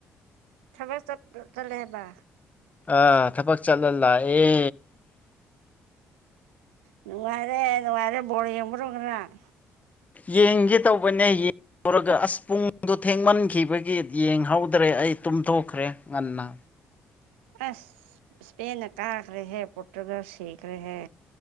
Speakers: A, on the right; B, on the left.
A: ꯊꯕꯛ ꯆꯞ ꯆꯠꯂꯦ ꯍꯥꯏꯕ
B: ꯑꯥ ꯊꯕꯛ ꯆꯠꯂ ꯂꯥꯛꯑꯦ
A: ꯅꯨꯡꯉꯥꯏꯔꯦ ꯅꯨꯡꯉꯥꯏꯔꯦ ꯕꯣꯜ ꯌꯦꯡꯕꯗꯣ ꯉꯔꯥꯡ
B: ꯌꯦꯡꯒꯦ ꯇꯧꯕꯅꯦ ꯑꯁ ꯄꯨꯡꯗꯨ ꯊꯦꯡꯃꯟꯈꯤꯕꯒꯤ ꯌꯦꯡꯍꯧꯗ꯭ꯔꯦ ꯑꯩ ꯇꯨꯝꯊꯣꯛꯈ꯭ꯔꯦ ꯉꯟꯅ
A: ꯑꯁ ꯏꯁꯄꯦꯟꯅ ꯀꯥꯈ꯭ꯔꯦꯍꯦ ꯄꯣꯔꯇꯨꯒꯜ ꯁꯤꯈ꯭ꯔꯦꯍꯦ